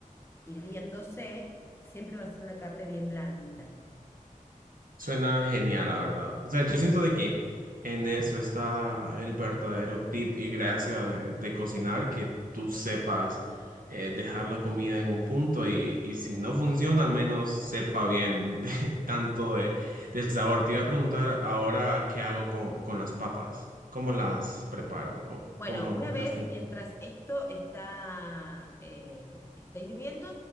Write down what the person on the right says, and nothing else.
Suena genial, la verdad. O sea, yo siento de que en eso está el verdadero tip y gracia de, de cocinar, que tú sepas eh, dejar la comida en un punto y, y si no funciona, al menos sepa bien de, <laughs> tanto de, del sabor. Te iba a preguntar ahora qué hago con, con las papas, cómo las preparo o
cómo
las tengo.